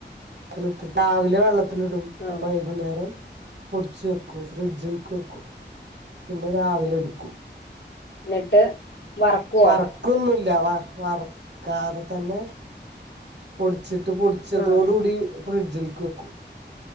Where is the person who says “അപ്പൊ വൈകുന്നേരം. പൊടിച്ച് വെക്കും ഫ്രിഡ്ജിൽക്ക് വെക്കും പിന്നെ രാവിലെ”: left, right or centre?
Right